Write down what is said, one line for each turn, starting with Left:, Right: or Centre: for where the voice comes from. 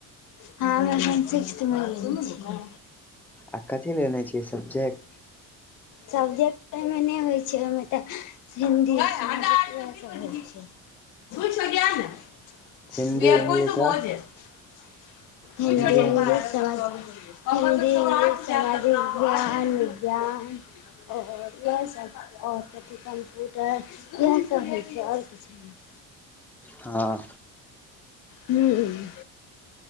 Left: हम एखन सिक्सथ मे गेल छियै
Centre: आ कथि लेने छियै सब्जेक्ट
Left: सब्जेक्ट अहिमे नय होइ छै ओहिमे तऽ हिन्दी इंगलिस वेहै सब होइ छै <unintelligible>
Centre: हिन्दी इंग्लिश आओर
Left: <unintelligible>
Centre: हिन्दी इंग्लिश
Left: या और इएहसभ और कथी कम्प्यूटर इएहसभ होइ छै और किछु नै
Centre: हँ
Left: हं-हम्म